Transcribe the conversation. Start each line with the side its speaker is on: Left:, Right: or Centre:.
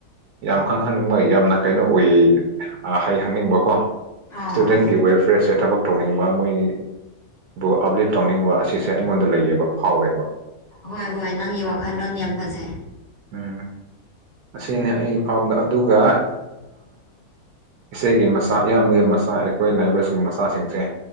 Right: ꯌꯥꯝ ꯈꯪꯍꯟꯅꯤꯡꯕ ꯌꯥꯝꯅ ꯀꯩꯅꯣ ꯑꯣꯏꯌꯦ ꯍꯥꯏꯍꯟꯅꯤꯡꯕꯀꯣ
Left: ꯑꯧ
Right: ꯏꯁꯇꯨꯗꯦꯟꯒꯤ ꯋꯦꯜꯐꯤꯌꯔꯁꯦ ꯊꯕꯛ ꯇꯧꯅꯤꯡꯕ ꯃꯣꯏꯒꯤ ꯕꯨ ꯑꯞꯂꯤꯞ ꯇꯧꯅꯤꯡꯕ ꯑꯁꯤꯁꯦ ꯑꯩꯉꯣꯟꯗ ꯂꯩꯌꯦꯕ ꯐꯥꯎꯋꯦꯕ
Left: ꯍꯣꯏ ꯍꯣꯏ ꯅꯪꯒꯤ ꯋꯥꯈꯜꯂꯣꯟ ꯌꯥꯝ ꯐꯖꯩ
Right: ꯎꯝ ꯑꯁꯤꯅꯤ ꯑꯩ ꯐꯥꯎꯕꯗ ꯑꯗꯨꯒ ꯏꯆꯦꯒꯤ ꯃꯆꯥ ꯏꯌꯥꯝꯕꯒꯤ ꯃꯆꯥꯥ ꯑꯩꯈꯣꯏ ꯅꯥꯏꯕꯁꯀꯤ ꯃꯆꯥꯥ ꯃꯆꯥꯁꯤꯡꯁꯦ